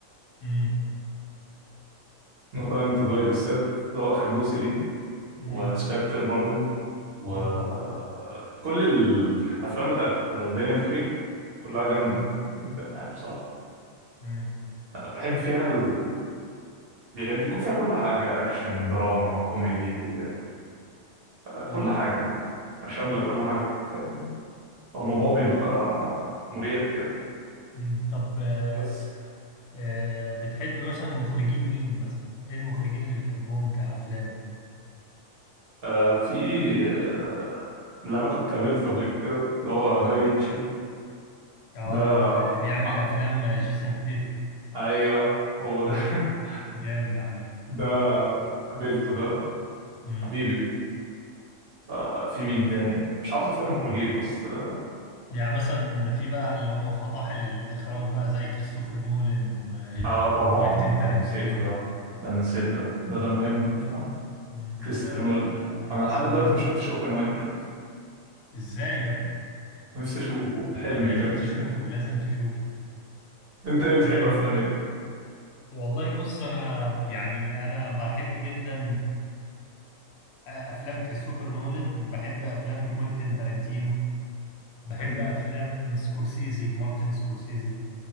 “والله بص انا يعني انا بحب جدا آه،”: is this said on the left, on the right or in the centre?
Left